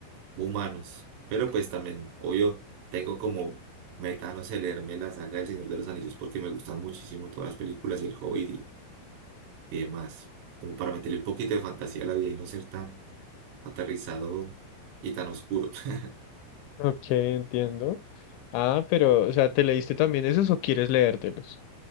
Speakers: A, on the right; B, on the left.
A: humanos, pero pues también, obvio, tengo como... Meta, no sé, leerme la saga del Señor de los Anillos porque me gustan muchísimo todas las películas y el Hobbit y demás, como para meterle un poquito de fantasía a la vida y no ser tan aterrizado y tan oscuro. <laughs>
B: Ok, entiendo. Ah, pero, o sea, ¿te leíste también esos o quieres leértelos?